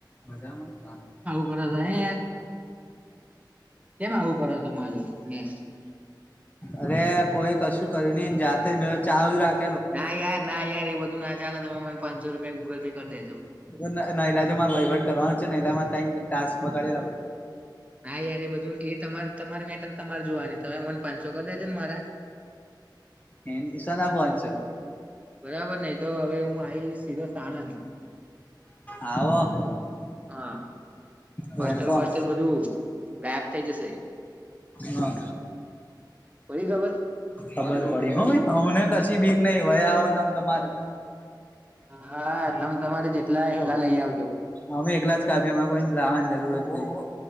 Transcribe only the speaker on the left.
મજામાં. <unintelligible>
અરે કોઈ કશું કર્યું નઈ ને જાતે જ મેતો ચાલુ જ રાખ
<unintelligible> લાજો મારે વહીવટ કરવાનો છે એટલામાં તઈણ ટાસ્ક બગાડેલા ભઈ.
એ નિ શના પોનસો.
આવો.
વેલકમ
હા
ખબર પડી હવ ભઈ અમને કશી બીક નહી ભઈ આવો તમ તમારે.
અમે એકલા જ કાફીમાં કોઈ લાવા ન જરૂર જ નઈ હો હો